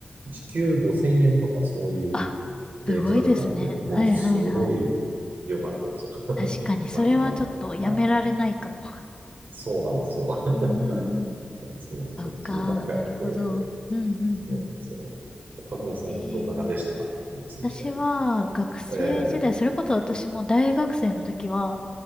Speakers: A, on the right; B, on the left.
A: 時給5000円とかそういう
B: あ、
A: レートだったんで、
B: すごいですね。
A: もうすごい
B: はいはいはい。
A: 良かったんですよ。<laughs>
B: 確かに、それはちょっとやめられないかも。
A: 割が。あのそうなんですよ。<laughs>
B: うんうんうん。
A: なんそう、そっちばっかやって、
B: そうか、なるほど。うんうんうん。
A: そうなんですよ。岡村さん、
B: へえ。
A: どんな感じでしたキャ時代は。
B: 私は学生時代、
A: ええ
B: それこそ私も大学生の時は、